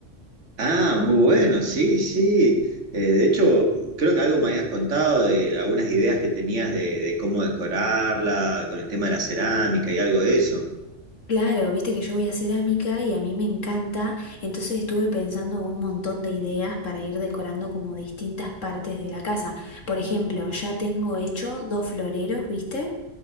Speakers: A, on the right; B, on the left.
A: Ah, muy bueno, sí, sí. Eh, de hecho, creo que algo me habías contado de algunas ideas que tenías de, de cómo decorarla, con el tema de la cerámica y algo de eso.
B: Claro, viste que yo voy a cerámica y a mí me encanta, entonces estuve pensando un montón de ideas para ir decorando como distintas partes de la casa. Por ejemplo, ya tengo hecho dos floreros, ¿viste?